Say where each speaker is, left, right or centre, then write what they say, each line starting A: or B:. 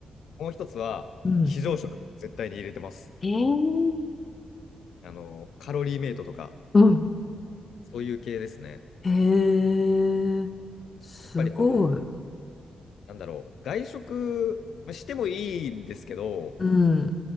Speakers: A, on the left (about 75°); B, on the left (about 25°).
A: もう一つは、
B: うん。
A: 非常食、絶対に入れてます。
B: えー、
A: あの、カロリーメイトとか、
B: うん。
A: そういう系ですね。
B: へえ、すごい。
A: やっぱりこう、なんだろう、外食まあしてもいいんですけど、
B: うん。